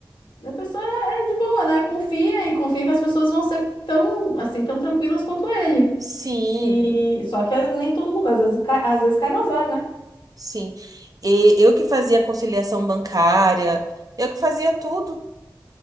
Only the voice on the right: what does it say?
Sim,
sim. E eu que fazia conciliação bancária, eu que fazia tudo.